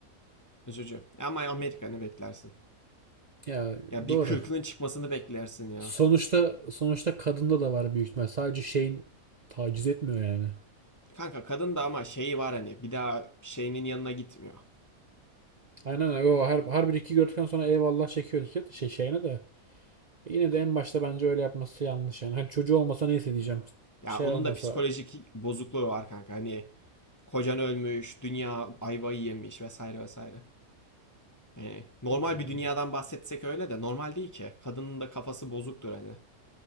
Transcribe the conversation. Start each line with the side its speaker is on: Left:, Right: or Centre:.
Left: Üzücü. Ama Amerika ne beklersin?
Right: Ya
Left: Ya bir
Right: doğru.
Left: kırkının çıkmasını beklersin ya.
Right: Sonuçta sonuçta kadında da var büyük ihtimal. Sadece şeyin taciz etmiyor yani.
Left: Kanka kadın da ama şeyi var hani bir daha şeyinin yanına gitmiyor.
Right: Aynen öyle. O her, her bir iki gördükten sonra eyvallah çekiyor iki şey şeyine de. E Yine de en başta bence öyle yapması yanlış yani. Hani çocuğu olmasa neyse diyeceğim.
Left: Ya
Right: Şey
Left: onun
Right: olmasa
Left: da psikolojik bozukluğu var kanka. Hani kocan ölmüş, dünya ayvayı yemiş vesaire vesaire. Yani normal
Right: yani
Left: bir dünyadan bahsetsek öyle de normal değil ki. Kadının da kafası bozuktur hani.